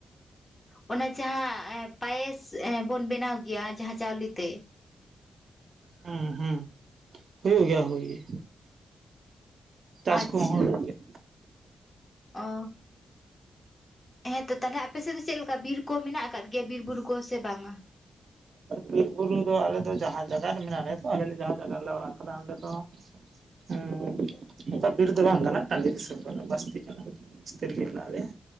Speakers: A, on the left; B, on the right.
A: ᱚᱱᱮ ᱡᱟᱦᱟᱸ ᱮᱸ ᱯᱟᱭᱮᱥ ᱵᱚᱱ ᱵᱮᱱᱟᱣ ᱜᱮᱭᱟ ᱡᱟᱦᱟᱸ ᱪᱟᱣᱞᱮ ᱛᱮ᱾
B: ᱦᱩᱸ ᱦᱩᱸ ᱦᱩᱭᱩᱜ ᱜᱮᱭᱟ ᱦᱩᱭ ᱜᱮ᱾ ᱪᱟᱥ
A: ᱟᱪᱪᱷᱟ᱾
B: ᱠᱚᱦᱚᱸ ᱦᱩᱭᱩᱜ ᱜᱮᱭᱟ
A: ᱚ᱾ ᱦᱮᱸ ᱛᱚ ᱛᱟᱦᱞᱮ ᱟᱯᱮ ᱥᱮᱫ ᱫᱚ ᱪᱮᱫ ᱞᱮᱠᱟ ᱵᱤᱨ ᱠᱚ ᱢᱮᱱᱟᱜ ᱟᱠᱟᱫ ᱜᱮᱭᱟ ᱵᱤᱨ ᱵᱩᱨᱩ ᱠᱚ ᱥᱮ ᱵᱟᱝᱟ?
B: ᱵᱤᱨᱵᱩᱨᱩ ᱫᱚ ᱟᱞᱮ ᱫᱚ ᱡᱟᱦᱟᱸ ᱡᱟᱭᱜᱟ ᱨᱮ ᱢᱮᱱᱟᱜ ᱞᱮᱭᱟ ᱛᱚ ᱟᱞᱮ ᱡᱟᱦᱟᱸ ᱡᱟᱭᱜᱟ ᱨᱮᱞᱮ ᱚᱲᱟᱜ ᱠᱟᱱᱟ ᱚᱸᱰᱮ ᱫᱚ ᱦᱩᱸ᱾
A: <inaudible>
B: ᱵᱤᱨ ᱫᱚ ᱵᱟᱝ ᱠᱟᱱᱟ᱾ ᱴᱟᱺᱰᱤ ᱫᱤᱥᱚᱢ ᱠᱟᱱᱟ, ᱵᱟᱹᱥᱛᱤ ᱠᱟᱱᱟ᱾ ᱵᱟᱹᱥᱛᱤ ᱨᱮᱜᱮ ᱦᱮᱱᱟᱜ ᱞᱮᱭᱟ᱾